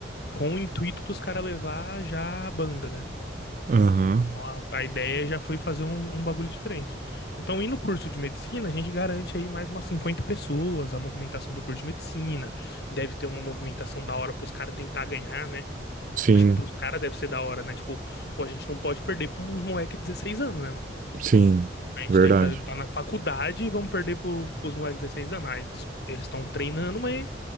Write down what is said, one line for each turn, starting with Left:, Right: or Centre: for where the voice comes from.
Left: com o intuito dos caras levar já a banda, né?
Right: Aham.
Left: Então, A a ideia já foi fazer um, um bagulho diferente. Então, indo no curso de medicina, a gente garante aí mais umas 50 pessoas, a movimentação do curso de medicina. Deve ter uma movimentação da hora pros caras tentar ganhar, né?
Right: Sim,
Left: Acho que pros caras deve ser da hora, né? Tipo, pô, a gente não pode perder pra uns moleque de 16 anos, né, mano?
Right: sim.
Left: A gente
Right: Verdade.
Left: tenta tá na faculdade e vamos perder pro, pros moleques de 16 anos. Ah, Eles eles estão treinando, mas